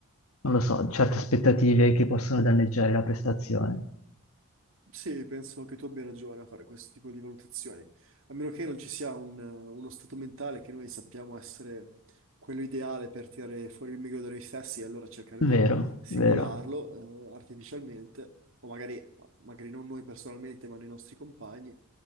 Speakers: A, on the left; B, on the right.
A: non lo so, certe aspettative che possono danneggiare la prestazione.
B: Sì, penso che tu abbia ragione a fare questo tipo di valutazioni, a meno che non ci sia un- uno stato mentale che noi sappiamo essere quello ideale per tirare fuori il meglio da noi stessi e allora cercare di
A: Vero,
B: simularlo,
A: vero,
B: eh, artificialmente, o magari, magari non noi personalmente, ma nei nostri compagni.